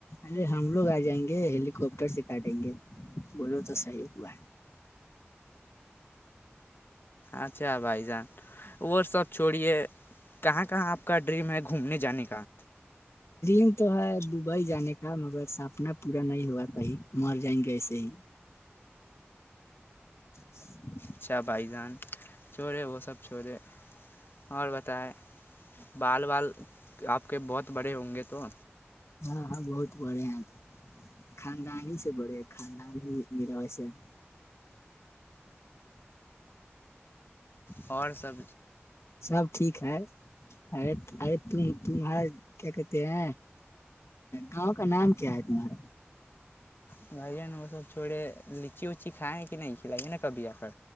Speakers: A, on the left; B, on the left.
A: ارے ہم لوگ آ جائیں گے کوپٹر سے کاٹیں گے بولو تو صحیح ب
B: اچھا بھائی جان وہ سب چھوڑی ہے کہاں کہاں آپ کا ڈریم ہے گھومنے جانے کا
A: ن تو ہے دبئی جانے کا مگر سپنا پورا نہیں ہوا کہئی مر جائیں گے ایسے ہی <inaudible>
B: اچھ بھائی جان چورے وہ سب چورے اور بتائائے بال بال آپ کے بہت بڑے ہوں گے تو
A: ہاں ہاں بہت بڑھے ہیں خاندانی ہی سے بڑے ہیں خاندان ہی میریرا ویسے ہے <inaudible>
B: اور سب
A: سب ٹھیک ارے ارے ت تمہارا کیا کہتے ہیں گاؤں کا نام کیا ہے تمہارا
B: بھائی وہ سب چھوڑے لچی اچی کھائے ہیں کہ نہیں کھلائیے نا کبھی آخر